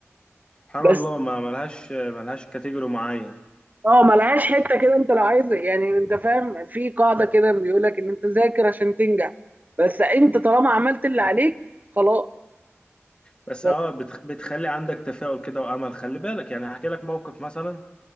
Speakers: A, on the left; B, on the right.
A: سبحان
B: بس
A: الله ما ملهاش ملهاش كاتيجوري معين
B: اه ملهاش حته كده انت لو عايز يعني انت فاهم في قاعده كده بيقول لك ان انت ذاكر عشان تنجح بس انت طالما عملت اللي عليك خلاص
A: بس
B: بس
A: اه بتخ... بتخلي عندك تفاؤل كده وامل خلي بالك يعني هحكي لك موقف مثلا